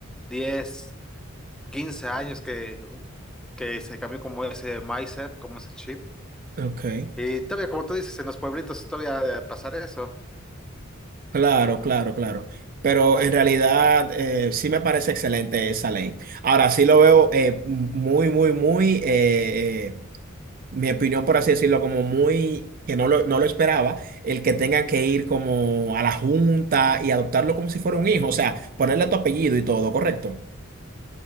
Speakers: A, in the centre; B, on the right.
A: diez quince años que, que se cambió como ese mindset, como ese chip.
B: ok,
A: Y todavía, como tú dices, en los pueblitos todavía ha de pasar eso.
B: claro, claro, claro. Pero en realidad eh, sí me parece excelente esa ley. Ahora sí lo veo eh, muy, muy, muy... eh, eh, mi opinión, por así decirlo, como muy, que no lo, no lo esperaba, el que tengan que ir como a la junta y adoptarlo como si fuera un hijo, o sea, ponerle tu apellido y todo, ¿correcto?